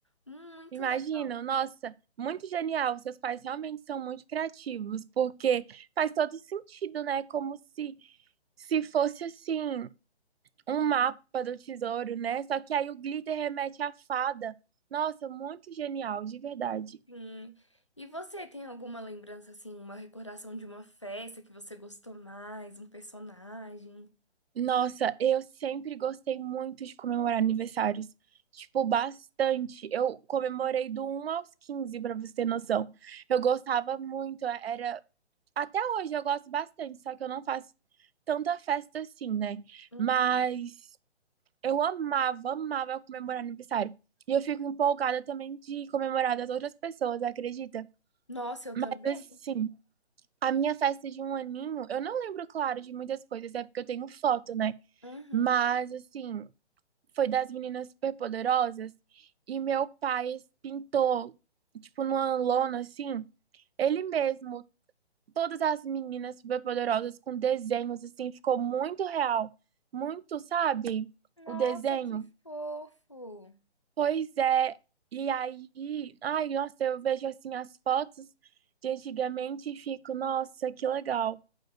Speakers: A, on the left; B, on the right.
A: Muito
B: Imagina,
A: legal.
B: nossa, muito genial. Seus pais realmente são muito criativos, porque faz todo sentido, né? Como se se fosse assim um mapa do tesouro, né? Só que aí o glitter remete à fada. Nossa, muito genial, de verdade.
A: Sim. E você tem alguma lembrança, assim, uma recordação de uma festa que você gostou mais, um personagem?
B: Nossa, eu sempre gostei muito de comemorar aniversários. Tipo, bastante. Eu comemorei do um aos 15, pra você ter noção. Eu gostava muito, era Até hoje eu gosto bastante, só que eu não faço tanta festa assim, né?
A: Hum.
B: Mas eu amava, amava comemorar aniversário. E eu fico empolgada também de comemorar das outras pessoas, acredita?
A: Nossa, eu
B: Mas
A: também?
B: assim, a minha festa de um aninho, eu não lembro, claro, de muitas coisas, é porque eu tenho foto, né?
A: Uhum.
B: Mas assim, foi das meninas superpoderosas e meu pai pintou, tipo, numa lona assim, ele mesmo todas as meninas superpoderosas com desenhos, assim, ficou muito real. Muito, sabe?
A: Nossa,
B: O desenho.
A: que fofo!
B: Pois é. E aí, ai, nossa, eu vejo assim as fotos de antigamente e fico, nossa, que legal.